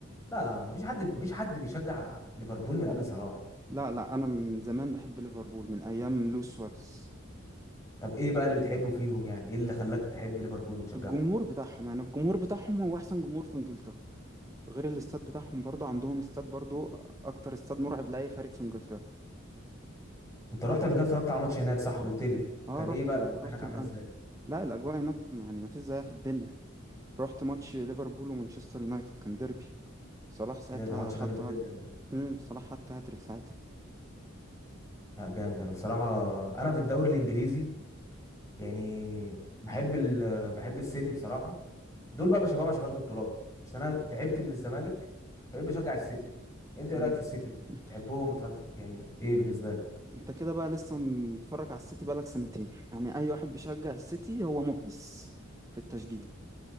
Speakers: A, on the left; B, on the right.
A: لا مفيش حد مفيش حد بيشجع ليفربول من قبل صلاح
B: لا لا انا من زمان بحب ليفربول من ايام لويس سواريز
A: طب ايه بقى اللي بتحبه فيهم يعني ايه اللي خلاك تحب ليفربول وتشجعه
B: الجمهور بتاعهم يعني الجمهور بتاعهم هو احسن جمهور في انجلترا غير الاستاد بتاعهم برضه عندهم استاد برضه اكتر استاد مرعب لاي فريق في انجلترا
A: انت رحت قبل كده اتفرجت على ماتش هناك صح قلت لي
B: اه
A: كان
B: رحت
A: ايه بقى الاجواء
B: رحت
A: هناك عامله
B: الانف
A: ازاي
B: لا الاجواء هناك يعني ما فيش زيها في الدنيا رحت ماتش ليفربول ومانشستر يونايتد كان ديربي صلاح ساعتها
A: ايه ده ده ماتش
B: حط
A: جامد جدا
B: هارت
A: ده
B: امم صلاح حط هاتريك ساعتها
A: لا جامد انا بصراحه انا في الدوري الانجليزي يعني بحب ال... بحب السيتي بصراحه دول بقى بشجعهم عشان بياخدوا بطولات عشان انا تعبت من الزمالك فبقيت بشجع السيتي انت ايه
B: امم
A: رايك في السيتي
B: <laughs>
A: بتحبهم بتعرف يعني ايه بالنسبه لك
B: انت كده بقى لسه متفرج على السيتي بقالك سنتين يعني اي واحد بيشجع السيتي هو محدث في التشجيع